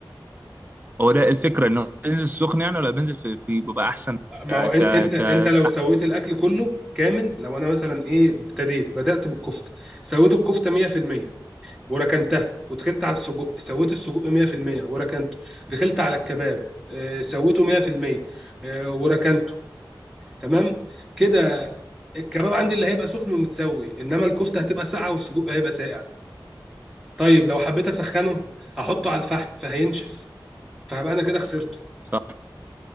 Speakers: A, on the right; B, in the centre.
A: هو ده الفكره ان هو بينزل سخن يعني ولا بينزل في, في بيبقى احسن
B: ما
A: ك
B: هو إن-
A: ك
B: انت انت
A: ك
B: لو سويت الاكل كله كامل لو انا مثلا ايه ابتديت بدات بالكفته سويت الكفته 100% وركنتها ودخلت على السجق سويت السجق 100% وركنته دخلت على الكباب آه، سويته 100% آه، وركنته تمام كده الكباب عندي اللي هيبقى سخن ومتسوي انما الكفته هتبقى ساقعه والسجق هيبقى ساقع طيب لو حبيت اسخنه هحطه على الفحم فهينشف فهبقى انا كده خسرته
A: صح